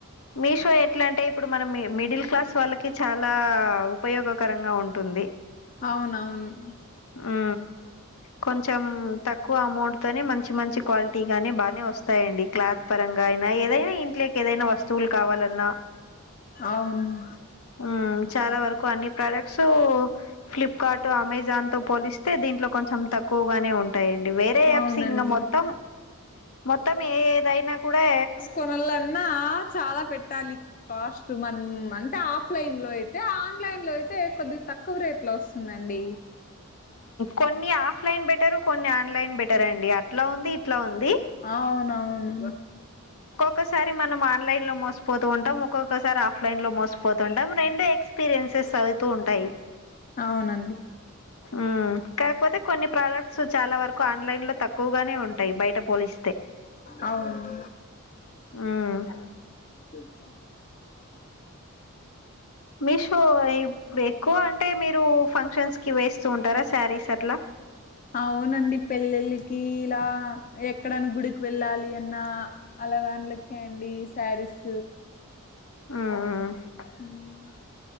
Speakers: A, on the left (about 75°); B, on the left (about 35°).
A: మీషో ఎట్లా అంటే ఇప్పుడు మనం మిడిల్ క్లాస్ వాళ్ళకి చాలా ఉపయోగకరంగా ఉంటుంది
B: అవునవును
A: ఉ కొంచెం తక్కువ అమౌంట్ తోనే మంచి మంచి క్వాలిటీగానే బానే వస్తాయండి క్లాత్ పరంగా అయినా ఏదైనా ఇంట్లోకి ఏదైనా వస్తువులు కావాలన్నా
B: అవును
A: ఉ చాలా వరకు అన్ని ప్రోడక్ట్స్ఊ ఫ్లిప్కార్ట్ అమెజాన్ తో పోలిస్తే దీంట్లో కొంచెం తక్కువగానే ఉంటాయండి వేరే యాప్స్
B: అవునండి
A: ఇంకా మొత్తం మొత్తం ఏ ఏదైనా కూడా
B: కొనలన్నా చాలా పెట్టాలి కాస్ట్ మనం అంటే ఆఫ్లైన్ లో అయితే ఆన్లైన్ లో అయితే కొద్ది తక్కువ రేట్లో వస్తుంది తుదండి
A: కొన్ని ఆఫ్లైన్ బెటర్ కొన్ని ఆన్లైన్ బెటర్ అండి అట్లా ఉంది ఇట్లా ఉంది
B: ఆ అవున అవును
A: ఒక్కసారి మనం ఆన్లైన్ లో మోసిపోతూ ఉంటాం ఒక్కొక్కసారి ఆఫ్లైన్ లో మోసిపోతుంటాం రెండో ఎక్స్ ఎక్స్పీరియన్సెస్ అవుతూ ఉంటాయి
B: అవునండి
A: ఆ కాకపోతే కొన్ని ప్రోడక్ట్స్ చాలా వరకు ఆన్లైన్ లో తక్కువగానే ఉంటాయి బయట పోలిస్తే
B: అవును
A: హ్మ్మ్
B: <unintelligible> మాస్
A: మీషో ఏ ఎక్కువ అంటే మీరు ఫంక్షన్స్ కి వేస్తూ ఉంటారా శారీస్ అట్లా
B: అవునండి పెళ్లిళ్ళకి ఇలా ఎక్కడనా గుడికి వెళ్ళాలి అన్న అలావాన్లకే అండి శారీస్
A: హ్మ్మ్
B: హ్మ్మ్